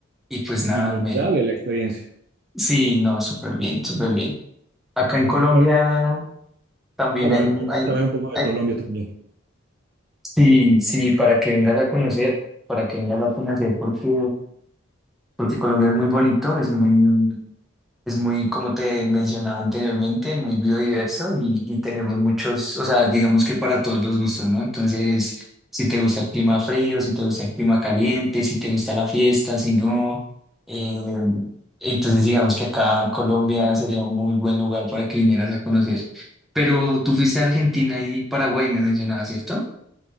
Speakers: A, in the centre; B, on the right.
A: Y pues nada,
B: inolvidable
A: me,
B: la experiencia.
A: sí, no, súper bien, súper bien. Acá en Colombia
B: ¿Y cuál-
A: también
B: Ah, bueno,
A: hay, hay,
B: también un poco
A: hay-
B: de Colombia también.
A: sí, sí, para que vengas a conocer, para que vengas a conocer, porque, porque Colombia es muy bonito, es muy, Es muy, como te mencionaba anteriormente, muy biodiverso y, y tenemos muchos, o sea, digamos que para todos los gustos, ¿no? Entonces, si te gusta el clima frío, si te gusta el clima caliente, si te gusta la fiesta, si no, eh, entonces digamos que acá Colombia sería un muy buen lugar para que vinieras a conocer. Pero tú fuiste a Argentina y Paraguay, me mencionabas, ¿cierto?